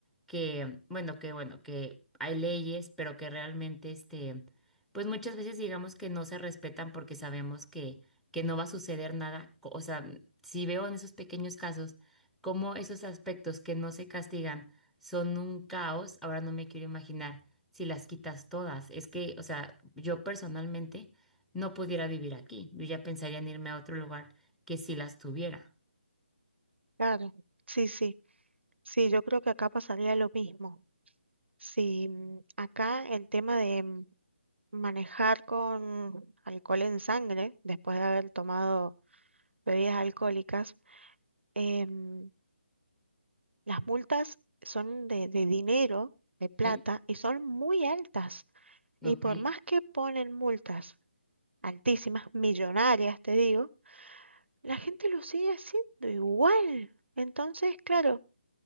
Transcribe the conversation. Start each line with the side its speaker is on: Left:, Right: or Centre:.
Centre: que, bueno, que bueno, que hay leyes, pero que realmente, este, pues muchas veces digamos que no se respetan porque sabemos que, que no va a suceder nada. O sea, si veo en esos pequeños casos, cómo esos aspectos que no se castigan, son un caos. Ahora no me quiero imaginar si las quitas todas. Es que, o sea, yo personalmente no pudiera vivir aquí. Yo ya pensaría en irme a otro lugar que si las tuviera.
Right: Claro, sí, sí, sí, yo creo que acá pasaría lo mismo. Si mm, acá el tema de, mm, Manejar con alcohol en sangre después de haber tomado bebidas alcohólicas, em, las multas son de, de dinero, de plata,
Centre: ¿Sí?
Right: y son muy altas. Y
Centre: Ok.
Right: por más que ponen multas altísimas, millonarias, te digo, la gente lo sigue haciendo igual. Entonces, claro,